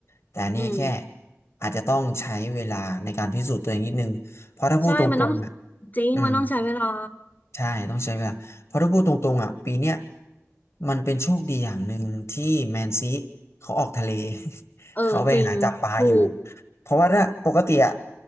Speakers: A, on the left (about 70°); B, on the left (about 35°).
A: แต่อันนี้แค่
B: อืม
A: อาจจะต้องใช้เวลาในการพิสูจน์ตัวเองนิดนึงเพราะถ้าพูดตรงๆอะ
B: ใช่มันต้องจริงมันต้องใช้เวลา
A: อืม ใช่ต้องใช้เวลาเพราะถ้าพูดตรงๆอ่ะปีเนี้ยมันเป็นโชคดีอย่างหนึ่งที่แมนซีเขาออกทะเล <laughs>
B: เออจริงถูก
A: เขาไปหาจับปลาอยู่เพราะว่าถ้าปกติอ่ะ